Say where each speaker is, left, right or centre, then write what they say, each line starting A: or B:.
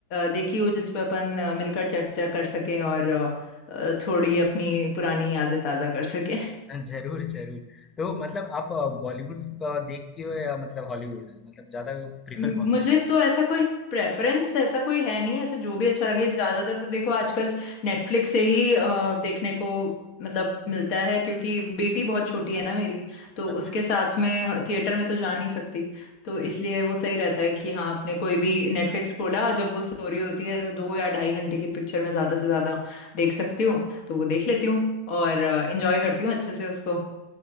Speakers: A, on the left; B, on the left.
A: देखी हो जिस पर अपन अ, मिलकर चर्चा कर सकें और अ, अ, थोड़ी अपनी पुरानी यादें ताजा कर सकें
B: <laughs> जरूर जरूर तो मतलब आप बॉलीवुड देखती हो या मतलब हॉलीवुड मतलब ज्यादा प्रीफर
A: म-
B: कौन
A: मुझे
B: सा करती
A: तो
B: हो
A: ऐसा कोई प्रेफरेंस ऐसा कोई है नहीं ऐसे जो भी अच्छा लगे ज्यादातर तो देखो आजकल नेटफ्लिक्स से ही अ, देखने को मतलब मिलता है क्योंकि बेटी बहुत छोटी है ना मेरी तो
B: अच्छा
A: उसके साथ में थिएटर में तो जा नहीं सकती तो इसलिए वो सही रहता है कि हाँ आपने कोई भी नेटफ्लिक्स खोला जब वो सो रही होती है तो दो या ढाई घंटे की पिक्चर मैं ज्यादा से ज्यादा देख सकती हूँ तो वो देख लेती हूँ और इंजॉय करती हूँ अच्छे से उसको